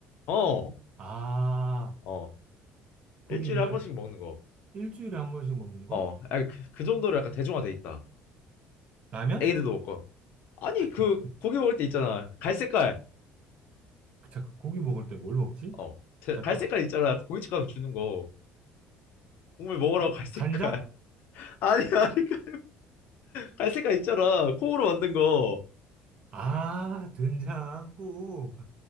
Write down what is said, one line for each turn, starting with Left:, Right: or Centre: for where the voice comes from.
Left: 어,
Right: 아,
Left: 어.
Right: 국인데
Left: 일주일에 한 번씩 먹는 거.
Right: 일주일에 한 번씩 먹는 거?
Left: 어, 아, 그, 그 정도로 약간 대중화돼 있다.
Right: 라면?
Left: 애기들도 먹고. 아니,
Right: <laughs>
Left: 그 고기 먹을 때 있잖아. 갈색깔.
Right: 잠깐, 고기 먹을 때 뭘 먹지?
Left: 어, 제-
Right: 잠깐만.
Left: 갈색깔 있잖아. 고깃집 가면 주는 거. 국물 먹으라고 갈색깔.
Right: 간장?
Left: <laughs> 아니, 아니. 그 갈색깔 있잖아. 콩으로 만든 거.
Right: 아, 된장국.